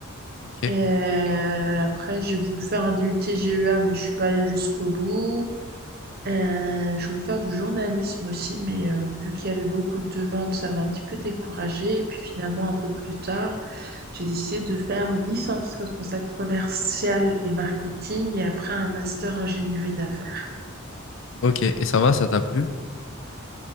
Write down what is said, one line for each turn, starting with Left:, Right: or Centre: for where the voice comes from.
Left: Ok.
Right: Et euh, après, j'ai voulu faire un DUT GEA, mais je suis pas allée jusqu'au bout. Euh, je voulais faire du journalisme aussi, mais euh, vu qu'il y avait beaucoup de demandes, ça m'a un petit peu découragée. Et puis finalement, un peu plus tard. J'ai décidé de faire une licence responsable commerciale et marketing et après un master ingénierie d'affaires.
Left: Ok, et ça va, ça t'a plu?